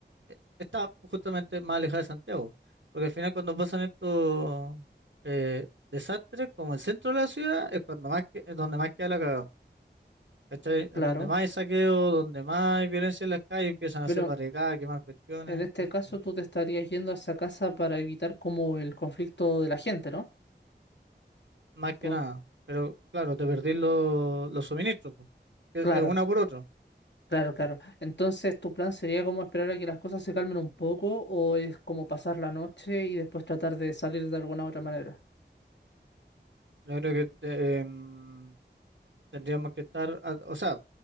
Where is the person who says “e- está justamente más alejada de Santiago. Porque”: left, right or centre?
Right